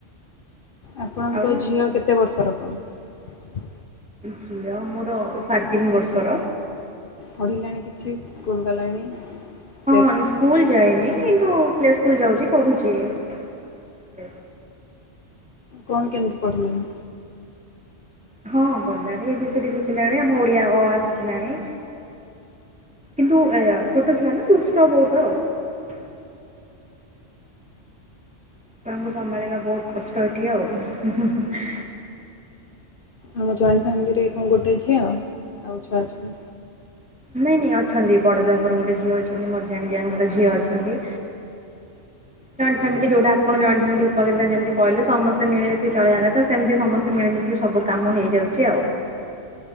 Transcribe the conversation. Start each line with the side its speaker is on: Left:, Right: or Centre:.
Left: ଆପଣଙ୍କ
Centre: ଆଉ
Left: ଝିଅ କେତେ ବର୍ଷର କଣ?
Centre: ଝିଅ ମୋର ସାଢ଼େ ତିନି ବର୍ଷର।
Left: ପଢ଼ିଲାଣି କିଛି ସ୍କୁଲ ଗଲାଣି। ପ୍ଲେ
Centre: ହଁ
Left: ସ୍କୁଲ୍
Centre: ସ୍କୁଲ ଯାଇନି କିନ୍ତୁ ପ୍ଳେ ସ୍କୁଲ ଯାଉଛି ପଢୁଛି। <unintelligible>
Left: କଣ କେମିତି ପଢିଲାଣି?
Centre: ହଁ ଗଲାଣି ଏ ବି ସେଇଠି ଶିଖିଲାଣି ଆମ ଓଡ଼ିଆ ଅ ଆ ଶିଖିଲାଣି। କିନ୍ତୁ ଏ ଛୋଟ ଛୁଆ ନା ଦୁଷ୍ଟ ବହୁତ ଆଉ ଛୁଆଙ୍କୁ ସମ୍ଭାଳିବା ବହୁତ କଷ୍ଟ ଏଠି ଆଉ <inaudible>
Left: ଆମ ଜଏଣ୍ଟ ଫ୍ୟାମିଲିରେ କଣ ଗୋଟେ ଝିଅ ଆଉ ଛୁଆ ଅଛି।
Centre: ନାଇଁ ନାଇଁ ଅଛନ୍ତି, ବଡ ଯାଙ୍କର ଗୋଟେ ଝିଅ ଅଛନ୍ତି, ମଝିଆଁ ଯାଙ୍କର ଝିଅ ଅଛନ୍ତି। ଜଏଣ୍ଟ ଫ୍ୟାମିଲି ଯୋଉଟା ଆପଣ ଜଏଣ୍ଟ ଫ୍ୟାମିଲି କହିଲେ ଯେମିତି କହିଲେ ସମସ୍ତେ ମିଳିମଶି ଚଳେଇବା କଥା ସେମିତି ସମସ୍ତେ ମିଳିମଶି ସବୁ କାମ ହେଇ ଯାଉଛି ଆଉ।